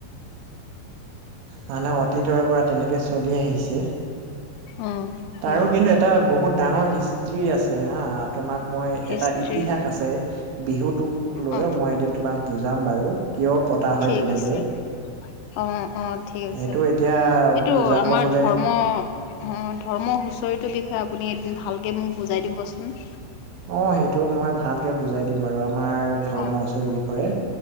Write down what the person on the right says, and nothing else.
মানে অতীতৰে পৰা তেনেকে চলি আহিছে
তাৰো কিন্তু এ টা বহুত ডাঙৰ হিষ্ট্ৰি আছে হা তোমাক মই
এটা ইতিহাস আছে। বিহুতোক লৈ
মই এদিন তোমাক বুজাম বাৰু কিয় পতা হয়
তেনেকে।
সেইটো এতিয়া
বুজাব
গলে
অ' সেইটো মই ভালকে বুজাই দিম বাৰু আমাৰ ধৰ্ম
হুচৰি বিষয়ে।